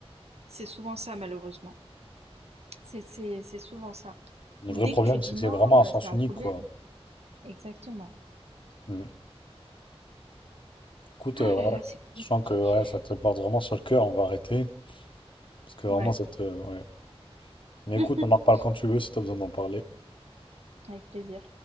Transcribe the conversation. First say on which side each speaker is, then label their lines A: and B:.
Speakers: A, on the right; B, on the left.
A: C'est souvent ça, malheureusement. C'est, c'est, c'est souvent ça.
B: Le
A: Ou
B: vrai
A: dès
B: problème,
A: que tu dis
B: c'est que
A: non,
B: c'est vraiment un
A: euh,
B: sens
A: c'est un
B: unique,
A: problème.
B: quoi.
A: Exactement.
B: Mm. Écoute,
A: Ah
B: euh, ouais,
A: là là, c'est problématique.
B: je sens que ouais, ça te porte vraiment sur le cœur, on va arrêter. Parce que vraiment,
A: Ouais.
B: ça te. ouais. Mais
A: <laughs>
B: écoute, on en reparle quand tu veux si t'as besoin d'en parler.
A: Avec plaisir.